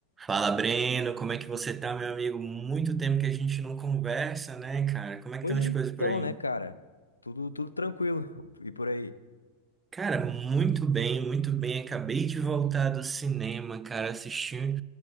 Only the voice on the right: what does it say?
Fala, Breno, como é que você tá, meu amigo? Muito tempo que a gente não conversa, né, cara? Como é que
estão as
coisas por aí?
Cara, muito bem, muito bem. Acabei de voltar do cinema, cara. Assisti